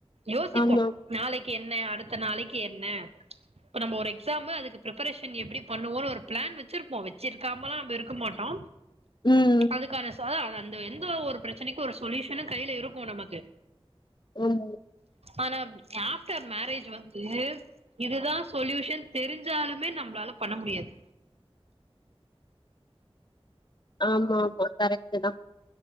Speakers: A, on the right (about 85°); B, on the left (about 45°).
A: யோசிப்போ
B: ஆமா
A: நாளைக் என்ன அடுத்த நாளைக்கு என்ன இப்ப நம்ம ஒரு எக்ஸாமு அதுக்கு ப்ரப்பரேஷன் எப்டி பண்ணுவோனு ஒரு பிளான் வச்சிருப்போ வச்சிருக்காமலா நம்ம இருக்க மாட்டோ
B: ம்
A: அதுக்கான சாத அத அந்த எந்த ஒரு பிரச்சனைக்கு ஒரு சொல்யூஷனு கையில இருக்கு நமக்கு
B: ஆமா
A: ஆனா ஆஃப்டர் மேரேஜ் வந்து இதுதா சொலுயூஷன் தெரிஞ்சாலுமே நம்மளால பண்ண முடியாது
B: ஆமா மா கரெக்டு தா